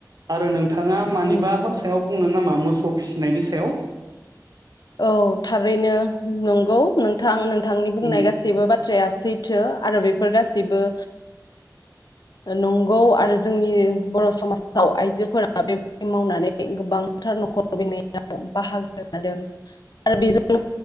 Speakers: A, on the right (about 60°); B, on the left (about 70°).
A: आरो नों थांङा मानिबा
B: उम
A: सायाव बुंनो नाम मा मोसौ फिसिनायनि सायाव
B: औ थारैनो नंगौ। नोंथां नों थांनि बुंनाय
A: उम
B: गासैबो बाथ्राया सैथो आरो बेफोर गासै सिबो नंगौ आरो जोंनि बर' समाजाव आइजोफोरा बेबायदि मावनानै गोबांथार न'खर लुबैनायाव बाहागो लादों आरो बेजों